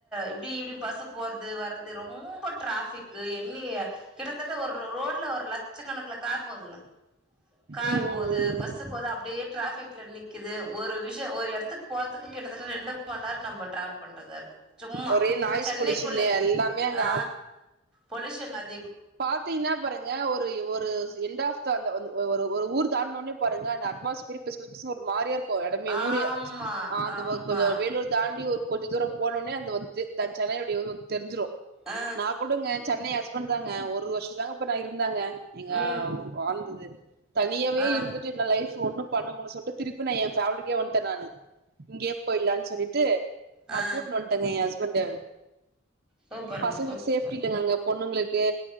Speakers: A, in the centre; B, on the right.
A: இப்டி இப்டி பஸ் போறது வரது ரொம்ப ட்ராஃபிக்கு எண்ணி கிட்டத்தட்ட ஒரு ரோட்ல ஒரு லட்ச கணக்குல கார் போதுங்க கார்
B: ம் ம்
A: போது பஸ் பஸ்ஸு போது அப்டியே ட்ராஃபிக்ல நிக்கிது ஒரு விஷ்யொ ஒரு எடத்துக்கு போறதுக்கு கிட்டத்தட்ட ரெண்டு டு மண் நேரோ நம்ப ட்ராவல் பண்றதா இருக்கு சும்மா
B: ஒரே நாய்ஸ்
A: சென்னைக்குள்ளே
B: பொல்யூஷன் எல்லாமே அங்க
A: ஆ பொலியூஷன் அது
B: பாத்து இன்னாப்பறு ங்க ஒரு ஒரு எண்ட் ஆப் த அந்த அந்த ஒரு ஒரு ஊர் தாண்ட்ன ஒட்னே பாருங்க அந்த அட்மாஸ்பிய்ரே பிஸ் பிஸ் பிஸ்னு ஒரு மாரியா இரு க்கு எடமே
A: ஆமா
B: ஊரே ஆ அந்த
A: ஆமா
B: கொஞ்சொ வேலூர் தாண்டி ஒரு கொஞ்சோ துரோ போணோனே அந்த <unintelligible> தெர்ஞ்சுரு
A: அ
B: குடுங்க சென்னை ஹஸ்பண்ட் தாங்க ஒரு வர்ஷோதாங்க இப்ப நா இருந்தாங்க எங்க
A: ம்
B: வாழ்ந்தது தனியாவே
A: ஆ
B: இருந்து ட்டு இந்த லைஃப்பு ஒன்னு பண்ண முல்னு சொல்ட்டு திருப்பி நா எ ஃபேமிலிக்கே வந்ட்டே நானு இங்கே போயிலானு சொல்லிட்டு நா
A: ஆ
B: கூட்டுனு வன்டங்க எ ஹஸ்பண்ட்ட
A: சூப்பருங்க
B: பசங்களுக்கு
A: சூப்பர்
B: சேஃப்டி இல்லங்க அங்க பொண்ணுங்களுக்கு